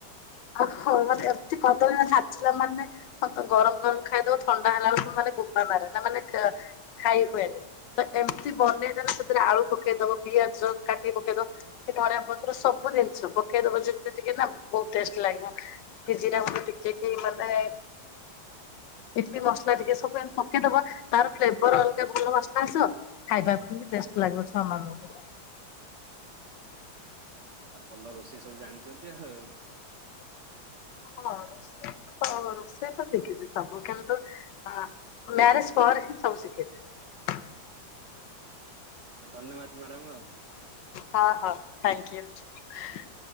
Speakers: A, on the left (about 70°); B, on the right (about 60°).
A: ଓ ହୋ ମାନେ ଏମତି କଦଳୀ ଚିଲା ମାନେ ହ ଗରମ ଗରମ ଖାଇଦବ ଥଣ୍ଡା ହେଲା ବେଳକୁ ମାନେ ଗୁମ୍ବା ମାରେ ନା ମାନେ ଖାଇ ହୁଏନି ତ ଏମିତି ବନେଇଦଲେ ସେଥିରେ ଆଳୁ ପକେଇଦବ ପିଆଜ କାଟି ପକେଇଦବ ଧଣିଆ ପତର ସବୁ ଜିନିଷ ପକେଇଦବ ଯେମିତି ଟିକେ ନା ଟେଷ୍ଟ୍ ଲାଗିବ କି ଜିରା ଗୁଣ୍ଡ ଟିକେ କି ମାନେ ପିପି ମସଲା ଟିକେ ସବୁ ପକେଇଦବ ତାର ଫ୍ଲେବର୍ ଅଲଗା ଭଲ ଵାସନା ଆସିବ ଖାଇବା କୁ ବି ଟେଷ୍ଟ ଲାଗିବ ଛୁଆ ମାନଙ୍କୁ।
B: ଆଉ ଭଲ ରୋଷେଇ ସବୁ ଜାଣିଛନ୍ତି ଆ ହଉ।
A: ହଁ ରୋଷେଇ ତ ରୋଷେଇ ତ ଶିଖିଛି ସବୁ କିନ୍ତୁ ମ୍ୟାରେଜ ପରେ ହିଁ ସବୁ ଶିଖିଛି।
B: ଧନ୍ୟବାଦ ମ୍ୟାଡ଼ାମ।
A: ହଁ ହଁ <inaudible> ଥ୍ୟାଙ୍କ୍ ୟୁ।